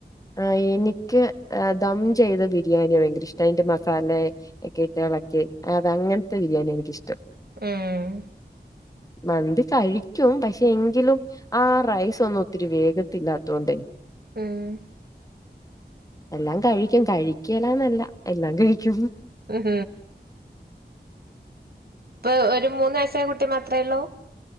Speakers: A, on the left; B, on the right.
A: ആഹ് എനിക്ക് ദം ചെയ്ത ബിരിയാണിയ ഭയങ്കര ഇഷ്ട അയ്ന്റെ മസാല കെട്ട ഇളക്കി അത് അങ്ങനത്തെ ബിരിയാണി എനിക്കിഷ്ടം
B: ആഹ്
A: മന്തി കഴിക്കും പക്ഷെ എങ്കിലും ആ റൈസ് ഒന്നും ഒത്തിരി വേഗത്തില്ലാത്ത കൊണ്ടേ
B: ഉം
A: എല്ലാം കഴിക്കും കഴിക്കേലന്നല്ല എല്ലാം കഴിക്കും
B: ഉം പ്പെ ഒരു മൂന്ന് വയസായ കുട്ടി മാത്രേള്ളൂ